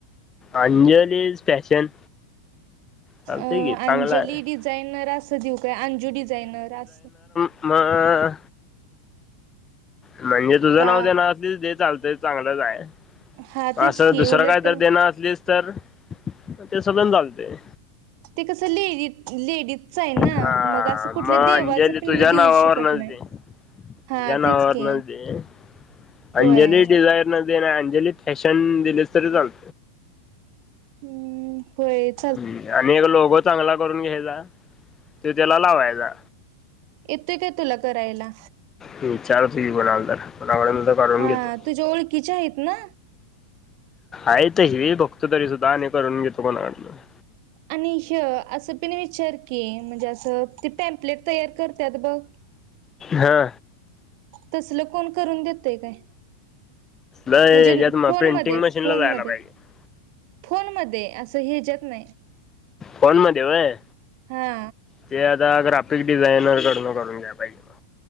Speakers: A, on the left; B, on the right.
A: अंजलीस फॅशन चालतंय
B: अ
A: की
B: अंजली
A: चांगला आहे
B: डिझायनर असं देऊ का, अंजू डिझायनर असं-
A: मग म्हणजे तुझं
B: का
A: नाव देनार असशील ते चालतच- चांगलंच आहे,
B: हा तेच
A: असं
B: की
A: दुसरं
B: उलट
A: काय तर देनार असलीस तर तसं पण चालतंय.
B: ते कसं लेवीत लेडीत सायना
A: हा
B: मग अस कुठल्या
A: मग
B: देवाच
A: अंजली
B: पण
A: तुझ्या
B: मी
A: नावावरनच
B: देऊ शकत नाही
A: दे.
B: हा
A: तुझ्या नावावरनच
B: तेच की
A: दे
B: होय
A: अंजली डिझायर न दे ना अंजली फॅशन दिलीस तरी चाल
B: हम्म होयच
A: ह् आणि एक लोगो चांगला करून घ्यायचा, त त्याला लावायचा.
B: येतोय काय तुला करायला.
A: हम्म, <unintelligible> तर काढून
B: हा
A: घेतो
B: तुझ्या ओळखीच्या आहेत ना
A: आहेत हे बघतो तरी सुद्धा आणि करून घेतो कोणाकडूनतर
B: आणि ह असं पण विचार की म्हणजे असं ते पॅम्पलेट तयार करत्यात बघ
A: हा
B: तसलं कोण करून देतय काय
A: लय
B: म्हणजे
A: याच्यात मग
B: फोन
A: प्रिंटिंग
B: मध्ये
A: मशीनला
B: फोन
A: जायला
B: मध्ये
A: पाहिजे
B: फोन मध्ये असं याच्यात नाही
A: फोन मध्ये होय
B: हा
A: ते आता ग्राफिक डिझायनर कडनं करून घ्या पाहिजे